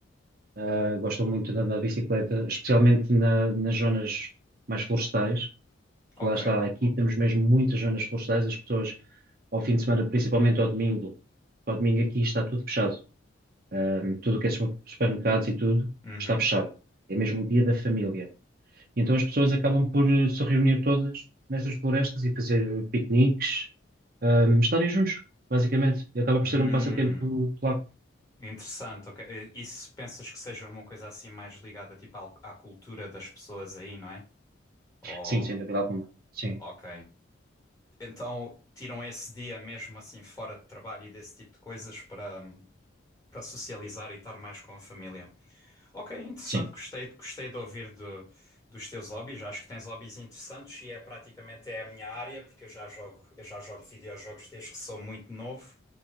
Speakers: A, on the right (about 50°); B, on the left (about 15°).
A: ah, gostam muito de andar de bicicleta, especialmente na- nas zonas mais florestais
B: Ok.
A: lá está, aqui temos mesmo muitas zonas florestais, as pessoas ao fim de semana, principalmente ao domingo, ao domingo aqui está tudo fechado. Ahm, tudo o que é su- supermercados e tudo
B: Uhum.
A: está fechado. É mesmo o dia da família. E então as pessoas acabam por eh, se reunir todas nestas florestas e fazer piqueniques, ahm, estarem juntos, basicamente. E acaba
B: Hum.
A: por ser um passatempo polaco.
B: Interessante, ok. E pensas que seja uma coisa assim mais ligada tipo ao- à cultura das pessoas aí, não é? Ou,
A: Sim, sem dúvida alguma. Sim,
B: ok. Então tiram esse dia mesmo assim fora de trabalho e desse tipo de coisas para para socializar e estar mais com a família. Ok, interessante,
A: sim.
B: gostei, gostei de ouvir do- dos teus hobbies. Acho que tens hobbies interessantes e é praticamente é a minha área, porque eu já jogo, eu já jogo videojogos desde que sou muito novo